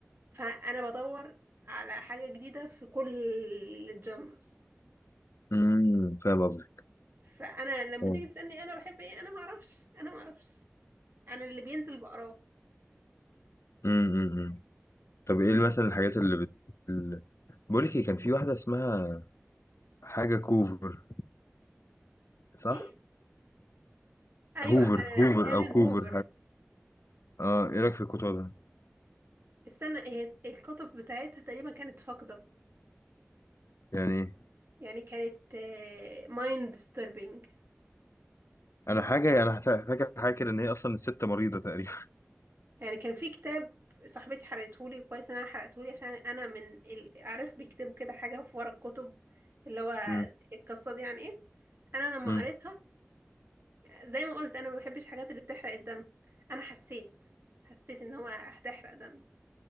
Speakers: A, on the right (about 55°); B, on the left (about 75°).
A: فانا بدور على حاجه جديده في كل الجانرز
B: امم فاهم قصدي
A: فانا لما
B: <laughs>
A: تيجي تسالني انا بحب ايه انا ما اعرفش انا ما اعرفش انا اللي بينزل بقراه
B: امم طب ايه مثلا الحاجات اللي بت... اللي... بقول لك ايه كان في واحدة اسمها حاجة كوفر صح
A: ايه ايوه
B: هوفر
A: آه،
B: هوفر
A: الين
B: او كوفر
A: هوفر
B: اه ايه رايك في كتبها
A: استنى هي الكتب بتاعتها تقريبا كانت فاقدة
B: يعني
A: يعني كانت مايند disturbing
B: انا حاجه انا فا- فاكر حاجه كده ان هي اصلا الست مريضه تقريبا
A: يعني كان في كتاب صاحبتي حرقتهولي كويس ان انا حرقتهولي عشان انا من ال... عارف بيكتبوا كده حاجة في ورا الكتب اللي
B: <laughs>
A: هو
B: امم
A: القصة دي يعني ايه انا لما
B: امم
A: قريتها زي ما قلت انا ما بحبش الحاجات اللي بتحرق الدم انا حسيت حسيت ان هو هتحرق دم